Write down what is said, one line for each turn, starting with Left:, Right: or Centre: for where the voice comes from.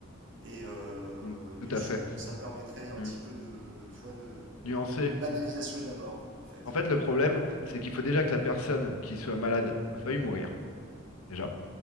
Right: Et, euh,
Left: Mm, tout
Right: et
Left: à
Right: je
Left: fait.
Right: trouve que ça permettrait un
Left: Mm.
Right: petit peu de tu vois de
Left: Nuancé.
Right: une banalisation de la mort en fait.
Left: En fait, le problème, c'est qu'il faut déjà que la personne qui soit malade veuille mourir, déjà.